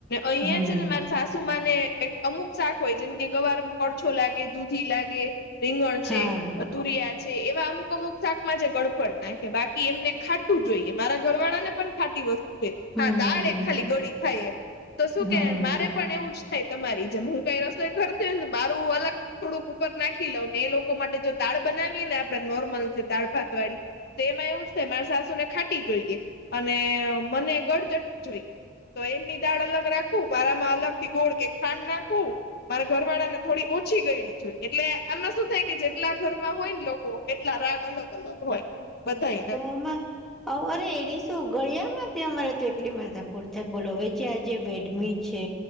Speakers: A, on the left (about 55°); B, in the centre.
A: અહીંયા
B: હમ
A: છે મા. સાસુમા ને અમુક શાક હોય જેમ કે ગવારમાં કડછો લાગે દૂધી લાગે. રીંગણ
B: હા
A: છે. તુરિયા છે એવા અમુક અમુક શાકમાં જે ગડપડ નાખે બાકી એમને ખાટું જોઈએ મારા ઘર વાળા ને પણ ખાટી વસ્તુ છે
B: હમ
A: હા દાળે ખાલી ગળી ખાય. તો શું
B: હમ
A: કે મારે પણ એવું જ થાય તમારી જેમ હું કઈ રસોઈ કરરતી હોય ને મારું અલગ થોડુંક ઉપર નાખી લઉ ને એ લોકો માટે જો દાળ બનાવીએ ને આપણે નોર્મલ જે દાળ ભાત વાળી તેમાં એવું થાય મારા સાસુ ને ખાટી જોઈએ અને મને ગળચટી જોઈએ. તો એમની દાળ અલગ રાખવું મારામાં અલગ થી ગોળ કે ખાંડ નાખવું. મારા ઘરવાળા ને થોડી ઓછી ગયડી જોઈ એટલે આમાં શું થાય કે જેટલા ઘરમાં હોય ને લોકો એટલા રાગ. અલગ અલગ હોય બધાય ના.
B: <inaudible> અ અરે એડી શું ગળિયા માં આપી અમારે તો એટલી માથાકુટ થાય બોલો હવે જે આજે વેડમી છે.